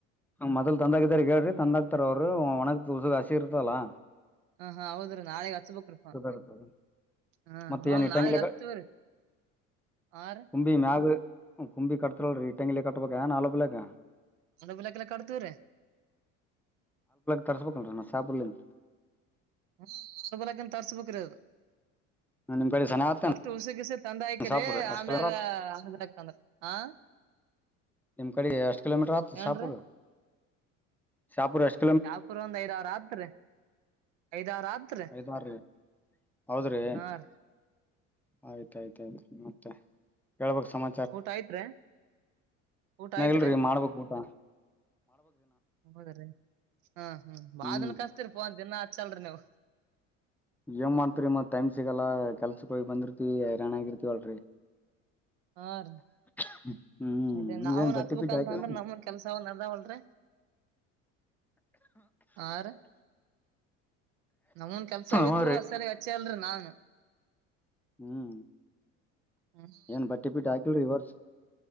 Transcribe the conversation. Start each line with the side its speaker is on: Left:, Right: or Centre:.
Centre: ಮೊದಲ್ ತಂದಾಗ ಇದ್ದಾರಿಗಿ ಹೇಳ್ರಿ ತಂದಾಗ್ ತರೋರು <unintelligible> ಹಸಿ ಇರ್ತದಲ್ಲಾ.
Right: ಹ ಹಾ ಹೌದ್ರೀ ನಾಳಿಗ್ ಹಚ್ಬೇಕ್ರಿ ಫೋನ್.
Centre: ಇರ್ತದ
Right: ಹಾ
Centre: ಮತ್ತ
Right: ನೋಡ್
Centre: ಏನ್ ಇಟ್ಟಂಗಿಲಕ
Right: ನಾಳಿಗ್ ಹಚ್ತಿವ್ರಿ ಅರೀ.
Centre: ಕುಂಬಿ ಮ್ಯಾಗ ಕುಂಬಿ ಕಟ್ಟತಿವಲ್ರಿ ಇಟ್ಟಂಗಿ ಕಟ್ಬೇಕ <unintelligible>
Right: <unintelligible> ಕಟ್ಟತಿವ್ರಿ.
Centre: ತರ್ಸ್ಬೇಕ್ ಅಲ್ರಿ <unintelligible>
Right: <unintelligible>
Centre: <unintelligible>
Right: ತುಳ್ಸಿ ಗಿಳ್ಸಿ ತಂದ್ ಹಾಕಿರಿ
Centre: ಶಾಪುರ್ ಎಷ್ಟ್
Right: ಆಮೇಗ್
Centre: ಕಿಲೋ
Right: ಅ <unintelligible>
Centre: ನಿಮ್ ಕಡೆ ಎಷ್ಟ್ ಕಿಲೋಮೀಟರ್ ಆತ್
Right: ಏನ್ರೀ
Centre: ಶಾಪುರ್ ಶಾಪೂರ್ ಎಷ್ಟ
Right: ಶಾಪುರ ಒಂದ, ಐದ್, ಆರ್ ಆತ್ರಿ. ಐದ್, ಆರ್ ಆತ್ರಿ
Centre: ಐದಾರ್ರಿ ಹೌದ್ರಿ
Right: ಅರೀ.
Centre: ಆಯ್ತ್ ಆಯ್ತ್ ಆಯ್ತ್ ಮತ್ತೆ ಹೇಳ್ಬಕ್ ಸಮಾ
Right: ಊಟ ಆಯ್ತ್ರಿ. ಊಟ
Centre: ಇನ್ನ್
Right: ಆಯ್ತ್ರಿ
Centre: ಇಲ್ರಿ ಮಾಡ್ಬೇಕ್ ಊಟಾ.
Right: ಹೌದ್ರಿ ಹ ಹ ಬಾಳ್
Centre: ಹ್ಮ್
Right: ದಿನಕ್ಕ್ ಹಚ್ತಿರಿ ಫೋನ್ ದಿನ ಹಚ್ಚಲ್ರಿ ನೀವ್.
Centre: ಏನ್ ಮಾಡ್ತಿರಿ ಮತ್ತ್ ಟೈಮ್ ಸಿಗಲ್ಲಾ ಕೆಲ್ಸಕ್ ಹೋಗಿ ಬಂದಿರ್ತಿವಿ ಹೈರಾನ್ ಆಗಿರ್ತಿವಳ್ರಿ.
Right: ಆರೀ
Centre: <unintelligible>
Right: ಅದೇ ನಾವುನ್
Centre: ಏನ್ ಬಟ್ಟಿ
Right: ಹಚ್ಬೇಕ
Centre: ಪಿಟ್ಟಿ
Right: ಅಂತ
Centre: ಹಾಕಿಲ್ಲ
Right: ಅಂದ್ರ ನಮ್ಮುನು ಕೆಲ್ಸ ಅವ ನಡದಾವಲ್ರೀ. ಆರೀ ನಮ್ಮೂನು ಕೆಲ್ಸವ
Centre: ಹ್ಮ್ರೀ
Right: ಇದ್ದು <unintelligible> ಚಲ್ರಿ ನಾನು.
Centre: ಹ್ಮು
Right: ಹ್ಮ್
Centre: ಏನ್ ಬಟ್ಟೆ <unintelligible> ಈ ವರ್ಷ.